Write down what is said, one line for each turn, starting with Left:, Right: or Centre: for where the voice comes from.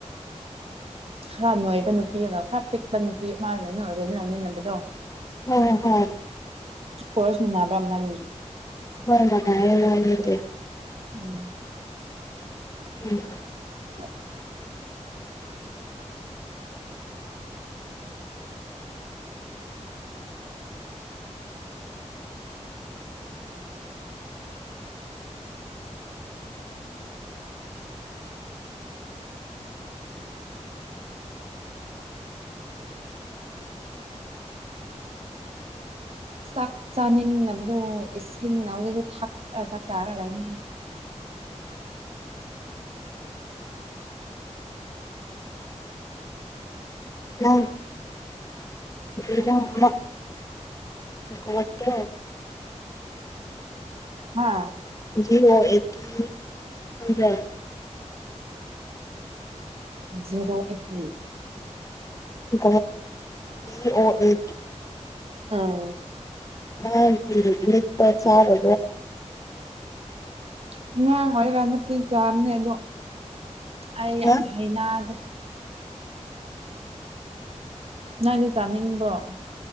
Right: ꯈꯔ ꯅꯣꯏꯕ ꯅꯨꯄꯤꯒ ꯈꯔ ꯄꯤꯛꯄ ꯅꯨꯄꯤ ꯃꯥꯅꯣꯏꯩꯅ ꯂꯣꯏ ꯅꯣꯏꯃꯤꯟꯅꯕꯗꯣ
Left: ꯑꯣꯝ ꯍꯝ
Right: ꯀꯣꯔꯣꯔꯁ ꯃꯨꯅꯥꯕ꯭ꯔꯃꯅꯤ
Left: ꯍꯣꯏ ꯃꯉꯥꯏꯉ ꯂꯩꯗꯤꯦ
Right: ꯎꯝ
Left: ꯎꯝ
Right: ꯎ ꯆꯥꯛ ꯆꯥꯅꯤꯡꯅꯕꯕꯨ ꯏꯁꯤꯡꯅ ꯍꯧꯖꯤꯛꯁꯨ ꯊ ꯊꯛ ꯂꯥꯏꯅ
Left: ꯑ ꯏꯗꯃ ꯠꯇꯠꯇ
Right: ꯍꯥꯥ
Left: ꯑꯣ
Right: ꯖꯤꯔꯣ ꯑꯦꯄ꯭ꯔꯤꯜ
Left: ꯠ ꯠ ꯑꯣ ꯑꯦ
Right: ꯎꯝ
Left: ꯃꯥ ꯂꯤ ꯆꯕ
Right: ꯎꯝ ꯉꯔꯥꯡ ꯑꯣꯏꯔꯀꯥꯟꯗ ꯄꯦꯟ ꯆꯥꯝꯅꯦ ꯑꯗꯣ ꯑꯩ
Left: ꯍꯥ
Right: ꯌꯥꯝ ꯍꯩꯅꯗꯦ ꯅꯪꯗꯤ ꯆꯥꯅꯤꯡꯕ꯭ꯔꯣ